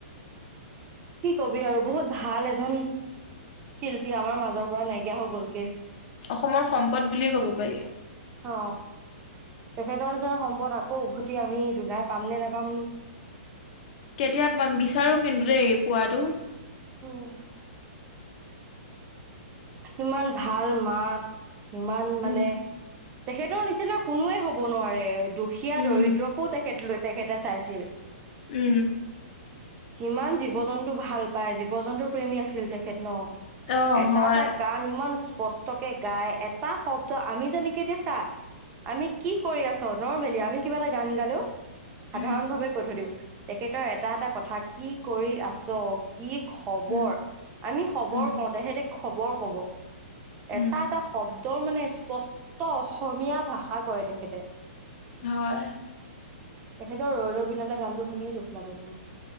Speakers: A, on the right (about 25°); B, on the left (about 50°).
A: কি কবি আৰু বহুত ভাল এজন শিল্পী আমাৰ মাজৰ পৰা নাইকিয়া হৈ গ'ল।
B: অসমৰ সম্পদ বুলিয়ে ক'ব পাৰি।
A: অ' তেখেতৰ নিচিনা সম্পদ আকৌ উভতি আমি দুনাই পাম নে নেপাম।
B: কেতিয়া বিচাৰো কিন্তু দেই। পোৱাটো।
A: উম। ইমান ভাল মাত। ইমান
B: উম।
A: মানে। তেখেতৰ নিচিনা কোনোৱে হব নোৱাৰে দুখীয়া
B: উম,
A: দৰিদ্ৰকো তেখেতলৈ তেখেতে চাইছিল
B: উম
A: কিমান জীৱ জন্তু ভাল পাই জীৱ জন্তুৰ প্ৰেমী আছিল তেখেত ন
B: অ
A: এটা
B: হয়
A: এটা গান ইমান স্পষ্টকে গাই এটা শব্দ আমি যেনেকে এতিয়া চা আমি কি কৰি আছ নৰ্মেলি আমি কিবা এটা গান গালো সাধাৰণ
B: উম,
A: ভাৱে কৈ থৈ দিওঁ তেখেতৰ এটা এটা কথা কি কৰি আছ কি খবৰ
B: উম,
A: আমি খবৰ
B: উম।
A: কও‌ তেখেতে খবৰ ক'ব
B: উম,
A: এটা এটা শব্দ তেওঁৰ মানে স্পষ্ট ত অসমীয়া ভাষা কয় দে তেখেতে
B: হয়
A: তেখেতৰ ৰৈ ৰৈ বিনালে গানটো শুনিয়েই দুখ লাগে মোৰ